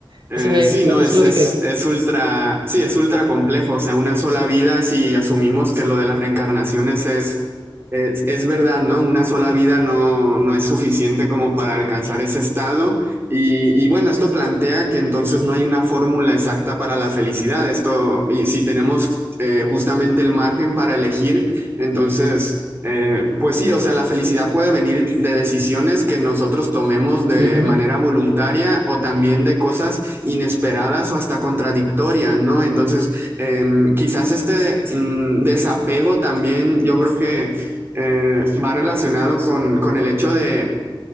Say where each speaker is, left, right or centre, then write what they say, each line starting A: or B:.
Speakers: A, on the right; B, on the right.
A: Eso
B: Eh,
A: es,
B: sí,
A: lo-
B: no,
A: eso
B: es,
A: es lo
B: es,
A: que creo.
B: es ultra, sí, es ultra complejo, o sea, una sola vida, si asumimos que lo de las reencarnaciones es, es, es verdad, ¿no? Una sola vida no, no es suficiente como para alcanzar ese estado y, y bueno, esto plantea que entonces no hay una fórmula exacta para la felicidad, esto, y si tenemos eh, justamente el margen para elegir, entonces... Eh, pues sí, o sea, la felicidad puede venir de decisiones que nosotros tomemos de
A: Ujú,
B: manera voluntaria o también de cosas inesperadas o hasta contradictorias, ¿no? Entonces, eh, quizás este mm, desapego también yo creo que eh, va relacionado con, con el hecho de